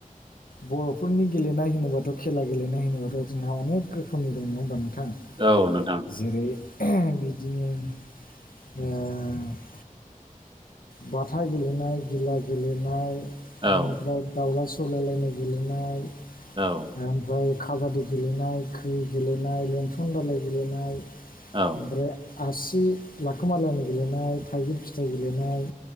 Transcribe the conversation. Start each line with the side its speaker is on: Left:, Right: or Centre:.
Left: बर'फोरनि गेलेनाय होनोबाथ' खेला गेलेनाय होनोबाथ' जोंहा अनेक रोखोमनि दङ होमबा नोंथाङ?
Right: औ नोंथां।
Left: जेरै बिदिनो <unintelligible> बाथा गेलेनाय गिला गेलेनाय
Right: औ
Left: बिनिफ्राय दाउला सौलायलायनाय गेलेनाय
Right: औ।
Left: ओमफ्राय खाबादि गेलेनाय खै गेलेनाय लन्सन दालााय गेलेनाय
Right: औ
Left: ओमफ्राय आसि लाखोमालायनि गेलेनाय थाइगिर फिथाइ गेलेनाय